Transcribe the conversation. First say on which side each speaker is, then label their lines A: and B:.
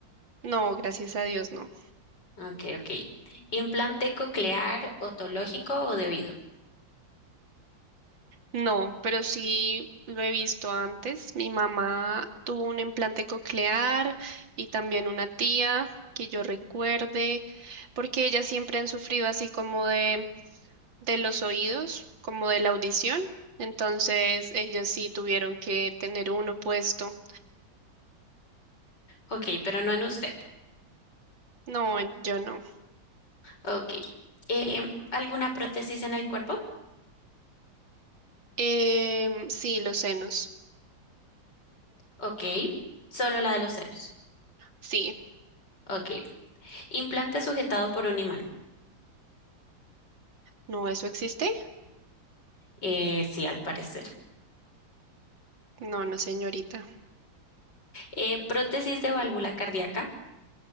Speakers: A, on the right; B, on the left.
A: No, gracias a Dios, no.
B: Ok, ok. ¿Implante coclear, otológico o de oído?
A: No, pero sí lo he visto antes. Mi mamá tuvo un implante coclear y también una tía que yo recuerde, porque ellas siempre han sufrido así como de, de los oídos, como de la audición. Entonces, ellos sí tuvieron que tener uno puesto.
B: Ok, pero no en usted.
A: No, en- yo no.
B: Ok. Em, ¿alguna prótesis en el cuerpo?
A: Em, sí, los senos.
B: Ok. Solo la de los senos.
A: Sí.
B: Ok. Implante sujetado por un imán.
A: No, ¿eso existe?
B: Eh, sí, al parecer.
A: No, no, señorita.
B: Eh, prótesis de válvula cardíaca.